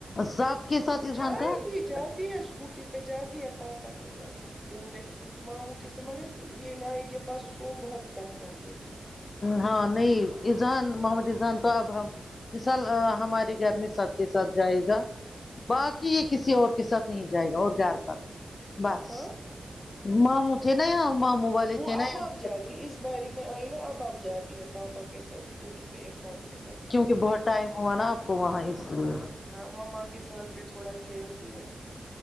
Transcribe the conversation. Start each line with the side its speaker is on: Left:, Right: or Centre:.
Left: سب کے ساتھ اذہان
Centre: جائے
Left: کہاں
Centre: گی
Left: جاتا
Centre: جاتی ہے اسکوٹی پہ جاتی ہے پا پا کے ساتھ گھومنے ماموں کے سمے مگر یہ نائ کے پاس اس کو بہت تنگ کر لیتی
Left: ہاں نہیں ایذان محمد ایذان تو آب ہم ایزان ہمارے گھر میں سب کے ساتھ جائے گا باقی یہ کسی اور کے ساتھ نہیں جائے گا اور گھر پر بس
Centre: ہاں
Left: ماموں تھے نا یہاں ماموں والے
Centre: وہ
Left: تھے نا
Centre: اب
Left: یہاں
Centre: اب جاتی
Left: پر
Centre: اس باری میں آئی نا اب آب جاتی ہے پاپا کے ساتھ س کپوٹی پہ عرفان کے ساتھ اسکوٹی
Left: کیونکہ
Centre: پہ
Left: بہت ٹائم ہوا نا آپ کو وہاں اس لیے
Centre: ہاں مماں کے ساتھ بھی تھوڑا کھیلتی ہے